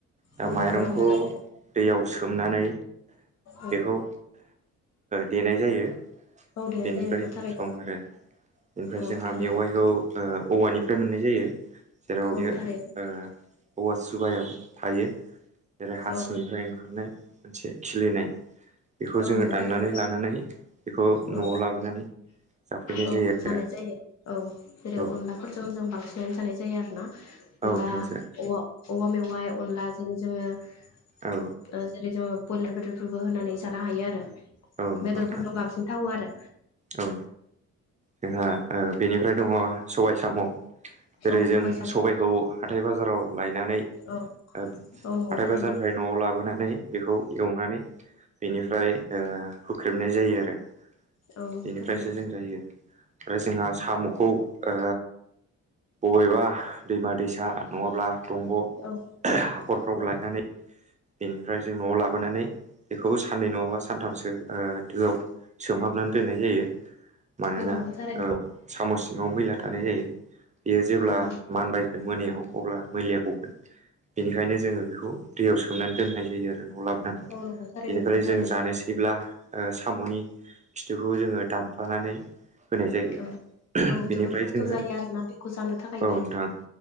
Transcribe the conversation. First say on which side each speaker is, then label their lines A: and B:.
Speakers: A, on the right; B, on the left.
A: दा
B: औ
A: माइरंखौ
B: माइरं नांगौ जायो
A: दैयाव सोमनानै।
B: औ
A: खौ देनाय जायो
B: औ देनाय
A: बेनिफ्राय
B: जायो नोंथां
A: जों
B: थारैनो
A: संङो आरो। बेनिफ्राय
B: औ
A: जोंहा
B: थारैनो
A: मेवाइखौ ओ औवानिफ्राय मोननाय जायो जेराव बे
B: औ
A: ओ।
B: थारैनो
A: औवा सुबायाव थायो जेरै हासिंनिफ्राय
B: औ
A: ओंखारनाय मोनसे खिलिनाय। बेखौ
B: औ
A: जोंङो
B: नंगौ
A: दाननानै
B: थारैनो
A: लानानै बेखौ नआव
B: औ
A: लाबोनानै। जाफैनाय
B: औ
A: जायो
B: जानाय
A: आरो
B: जायो औ जेरै
A: औ
B: अनलाफोरजों जों बांसिनानो जानाय जा जायो आरोना
A: औ
B: होमबा
A: नोंथांजो
B: अनला औवा मेवाइ अनलाजों जेरै जोंङो।
A: औ
B: ओ जेरै जोंङो ब्रयलार बेदरफोरबो होनानै जानो हायो आरो।
A: औ नंगौ
B: बेदरफोरजों
A: नोंथां
B: बांसिन थावो आरो।
A: औ जोंहा ओ बेनिफ्राय दङ। सबाय साम जेरै
B: औ
A: जों
B: सबाय साम'
A: सबायखौ हाथाय बाजाराव लायनानै। ओ
B: औ
A: हाथाय
B: औ नंगौ थारैनो
A: बाजानिफ्राय नआव लाबोनानै बेखौ एवनानै। बेनिफ्राय ओ हुख्रेमनाय जायो आरो
B: औ नंगौ
A: बेनिफ्रायसो
B: थारैनो।
A: जों जायो। आरो जोंहा सामखौ ओ बबेबा दैमा दैसा नङाब्ला दंग।
B: औ
A: हाखरफ्राव
B: औ
A: लायनानै। बेनिफ्राय जों न'आव लाबोनानै बेखौबो साननै नङाबा सानथाम सो ओ दोआव सोमहाबनानै दोननाय जायो मानोना।
B: औ नंगौ
A: औ
B: थारैनो
A: साम' सिङाव मैला थानाय जायो। बियो जेब्ला
B: औ औ थारैनो
A: मानबायगोन मोनायाव अब्ला मैलिया गब बेनिखायनो जोंङो बेखौ दैयाव सोमनानै दोननाय जायो आरो। नआव लाबोनानै
B: औ नंगौ थारैनो
A: बेनिफ्राय
B: नोंथां थारैनो।
A: जों जानोसैब्ला। ओ सामनि खिथुखौ जोंङो दानख्लानानै। होनाय जायो
B: औ औ
A: बेनिफ्राय
B: जोबोद खस्थ'
A: जोंङो
B: जायो
A: औ
B: आरोना बेखौ जानो थाखायबो
A: नोंथां।